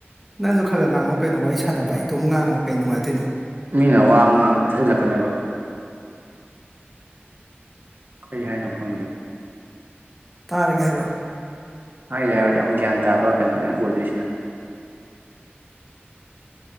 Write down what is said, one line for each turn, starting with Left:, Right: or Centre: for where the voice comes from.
Centre: ꯅꯪꯁꯨ ꯈꯔ ꯈꯔ ꯉꯥꯡꯉꯛ ꯀꯩꯅꯣ ꯋꯥꯔꯤ ꯁꯥꯟꯅꯕ ꯑꯩ ꯏꯇꯣꯝ ꯉꯥꯡꯉꯒ ꯀꯩ ꯅꯨꯡꯉꯥꯏꯗꯣꯏꯅꯣ
Right: ꯃꯤꯅ ꯋꯥꯕ ꯉꯥꯡ ꯊꯥꯖꯤꯜꯂꯛꯀꯅꯦꯕ ꯀꯩ ꯍꯥꯏꯅꯣ ꯈꯪꯗꯦ
Centre: ꯇꯔꯒꯦ ꯍꯥꯏꯔꯣ
Right: ꯍꯥꯏꯗꯤ ꯍꯥꯏ ꯌꯥꯝ ꯒ꯭ꯌꯥꯟ ꯇꯥꯕ ꯀꯩꯅꯣꯅꯦ ꯑꯣꯏꯗꯣꯏꯁꯤꯅ